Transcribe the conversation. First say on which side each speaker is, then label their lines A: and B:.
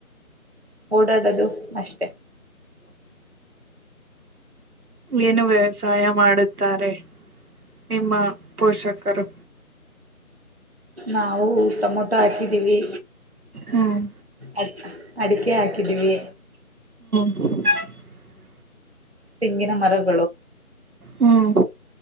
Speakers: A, on the right (about 50°); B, on the right (about 85°).
A: ಓಡಾಡದು ಅಷ್ಟೆ
B: ಏನು ವ್ಯವಸಾಯ ಮಾಡುತ್ತಾರೆ ನಿಮ್ಮ ಪೋಷಕರು
A: ನಾವು ಟಮೊಟೊ ಹಾಕಿದೀವಿ
B: ಹ್ಮ್
A: ಅಡ್ ಅಡಿಕೆ ಹಾಕಿದೀವಿ
B: ಹ <unintelligible>
A: ತೆಂಗಿನ ಮರಗಳು
B: ಹ್ಮ್